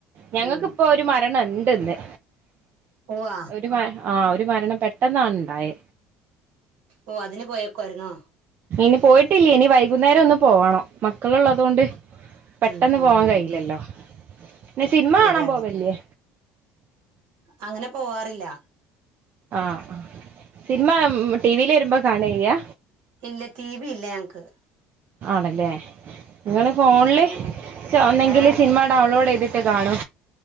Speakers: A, on the right; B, on the right.
A: ഞങ്ങക്കിപ്പോ
B: ഉം
A: ഒരു മരണം ഇണ്ട്ന്ന്.
B: ഉവ്വ
A: ഒരു ആ ഒരു മരണം പെട്ടെന്നാണണ്ടായേ.
B: ഓ അതിന് പോയേക്കുവായിരുന്നോ.
A: ഇനി പോയിട്ടില്ല ഇനി വൈകുന്നേരം ഒന്ന്പോവണം മക്കള്ള്ളതോണ്ട്. പെട്ടെന്ന്
B: ഉം ഉം
A: പോവാൻ
B: ഉം
A: കഴയില്ലല്ലോ പിന്നെ സിനിമ കാണാൻ
B: അതെ അതെ
A: പോവലില്യേ.
B: അങ്ങനെ പോവാറില്ല.
A: ആ ആ സിനിമ ടിവിൽ വരുമ്പോ കാണ ചെയ്യാ.
B: ഇല്ല ടി വി ഇല്ല നങ്ങ്ക്ക്.
A: ആണല്ലേ നിങ്ങള് ഫോണില്
B: അങ്ങനെ
A: ഒന്നെങ്കില്
B: ഏഹ്
A: സിനിമ. ഡൗൺലോഡ് ചെയ്തിട്ട് കാണൂ.